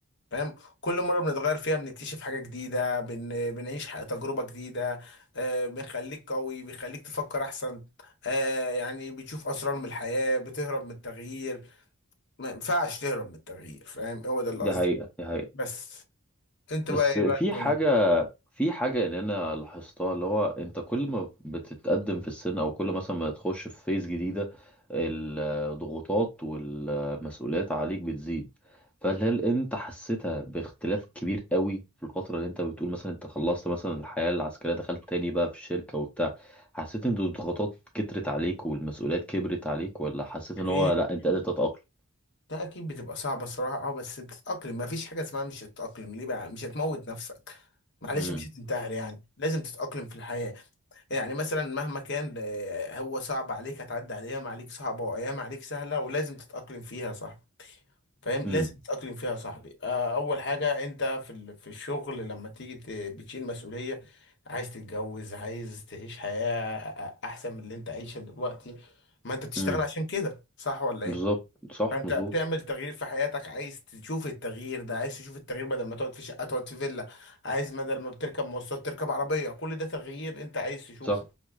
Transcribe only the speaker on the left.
فاهم كل مره بنتغير فيها بنكتشف حاجه جديده بن... بنعيش ح- تجربه جديده آه بنخليك قوي بيخليك تفكر احسن آه يعني بتشوف اسرار من الحياه بتهرب من التغيير ما ينفعش تهرب من التغيير فاهم هو ده اللي
قصدي
بس انت
بقى ايه
بقى الدنيا
اكيد
ده اكيد بتبقى صعبة الصراحة اه بس بتتأقلم مفيش حاجة اسمها مش هتتأقلم ليه بقى مش هتموت نفسك معلش
مش هتنتحر يعني لازم تتأقلم في الحياة يعني مثلا مهما كان آه، هو صعب عليك هتعدي على ايام عليك صعبة وايام عليك سهلة ولازم تتأقلم فيها صح فاهم لازم
تتأقلم فيها يا صاحبي آه، اول حاجة انت في ال- في الشغل لما تيجي ت- بتشيل مسؤولية عايز تتجوز عايز تعيش حياة أ- أ- احسن من اللي انت عايشها دلوقتي ما انت بتشتغل
عشان كده صح ولا ايه
فانت
بتعمل تغيير في حياتك عايز تشوف التغيير ده عايز تشوف التغيير بدل ما تقعد في شقه تقعد في فيلا عايز بدل ما بتركب مواصلات تركب عربيه كل ده تغيير انت عايز تشوفه